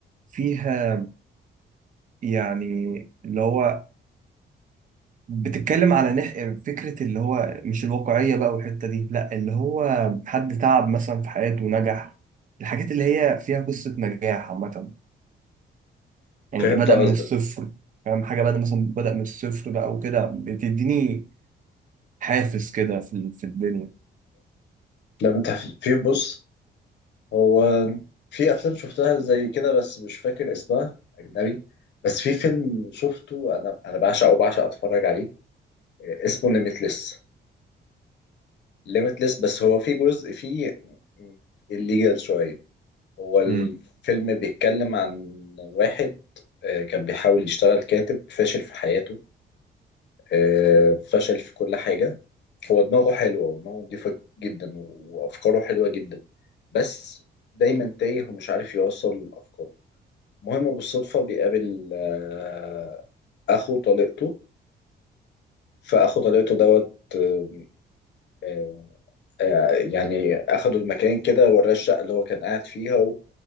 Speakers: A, on the right; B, on the left.
A: فيها يعني اللي هو بتتكلم على نح... فكرة اللي هو مش الواقعية بقى والحتة دي لا اللي هو حد تعب مثلا في حياته ونجح الحاجات اللي هي فيها قصة نجاح عامة يعني
B: فهمت
A: بدأ
B: قصدك
A: من الصفر فاهم حاجة بدأ مثلا بدأ من الصفر بقى وكده بتديني حافز كده في ال- في الدنيا
B: لما انت في بص هو في افلام شفتها زي كده بس مش فاكر اسمها اجنبي بس في فيلم شفته انا انا بعشق وبعشق اتفرج عليه اسمه ليميتلس ليميتلس بس هو في جزء فيه الليجال شويه هو الفيلم
A: امم
B: بيتكلم عن واحد آه، كان بيحاول يشتغل كاتب فاشل في حياته آه، فشل في كل حاجة هو دماغه حلوة ودماغه نضيفة جدا وأفكاره حلوة جدا بس دايما تايه ومش عارف يوصل أفكاره المهم بالصدفة بيقابل آه، أخو طليقته فأخو طليقته دوت آه، آه، آه، يعني أخده المكان كده وراه الشقة اللي هو كان قاعد فيها و-